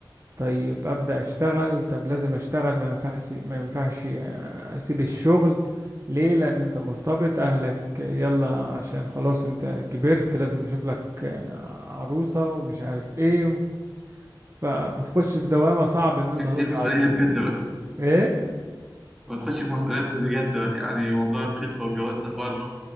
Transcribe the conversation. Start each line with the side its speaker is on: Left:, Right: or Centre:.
Right: طيب ابدأ اشتغل طب لازم اشتغل ما ينفعش ما ينفعش آه، اسيب الشغل ليه لان انت مرتبط اهلك يلا عشان خلاص انت كبرت لازم نشوف لك آه، عروسة ومش عارف ايه فبتخش في دوامة صعب ان انت تطلع
Centre: دي المسؤولية
Right: منها
Centre: اللي بجد بقى
Right: ايه
Centre: وتخش في مسؤوليات بجد بقى يعني موضوع الخلفة والجواز ده حوار له